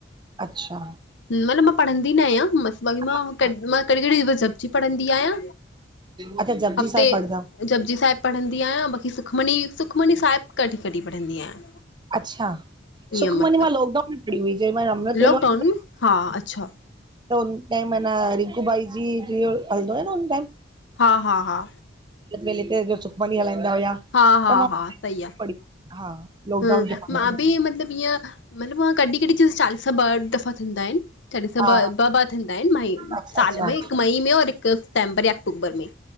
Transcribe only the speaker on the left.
मतिलब मां पढ़ंदी न आहियां बाक़ी
मां मां कहिड़ी कहिड़ी जप जी पढ़ंदी आहियां
हफ़्ते
जपजी साहिब पढ़ंदी आहियां बाकी सुखमनी, सुखमनी साहिब कढहिं कढहिं पढ़ंदी आहियां।
ईअं
मतिलबु
लॉकडाउन
में
हा अच्छा
हा हा हा
हा हा
हा सही
आ
ह
मां बि मतलबु ईअं मतलबु मां कॾहिं कॾहिं जीअ चालीसा ॿ दफ़ा थींदा आहिनि छाॾिस ॿ
ॿ ॿ थींदा आहिनि मई
साल
में हिकु मई में और हिकु सितेंबर या अक्टूबर में